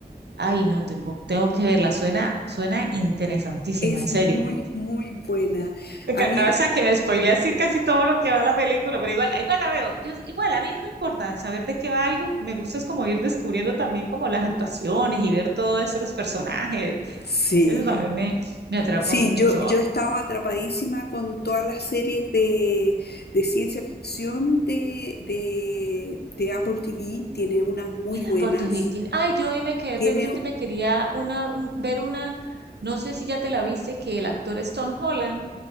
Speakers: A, on the right; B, on the left.
A: Ay, no, tengo, tengo que verla, suena, suena interesantísima,
B: es
A: en serio.
B: muy, muy buena.
A: Me
B: A
A: encantaba,
B: mí,
A: o sea, que me spoilea así casi todo lo que va a la película, pero igual, igual la veo. Yo, igual, a mí no me importa saber de qué va algo, me gusta es como ir descubriendo también como las actuaciones y ver todo eso, los personajes.
B: sí,
A: Eso también me, me atrapa
B: sí,
A: mucho.
B: yo, yo estaba atrapadísima con todas las series de, de ciencia ficción de, de, de Apple TV, tiene unas muy
A: Y
B: buenas.
A: la Apple TV tiene... Ay, yo hoy me quedé
B: Tiene,
A: pendiente, me quería una, un- ver una, no sé si ya te la viste, que el actor es Tom Holland,